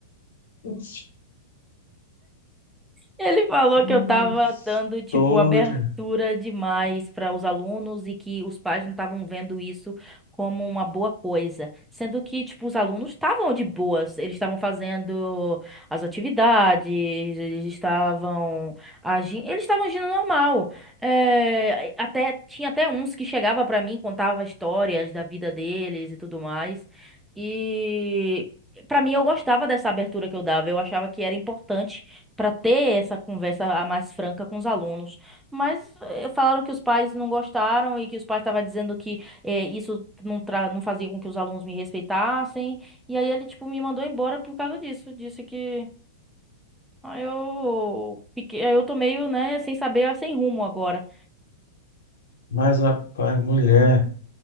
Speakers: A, on the left; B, in the centre.
A: Putz,
B: Ele falou
A: olha
B: que eu tava
A: a História,
B: dando, tipo, abertura demais para os alunos e que os pais não estavam vendo isso como uma boa coisa. Sendo que, tipo, os alunos estavam de boas, eles estavam fazendo as atividades, eles estavam agindo, eles estavam agindo normal. É, até, tinha até uns que chegava para mim, contava histórias da vida deles e tudo mais. E. para mim, eu gostava dessa abertura que eu dava. Eu achava que era importante para ter essa conversa a mais franca com os alunos. Mas eh, falaram que os pais não gostaram e que os pais estavam dizendo que eh, isso não, tra não fazia com que os alunos me respeitassem. E aí ele, tipo, me mandou embora por causa disso. Disse que. Aí eu fiquei, aí eu tô meio, né, sem saber, ah, sem rumo agora.
A: mas rapaz, mulher,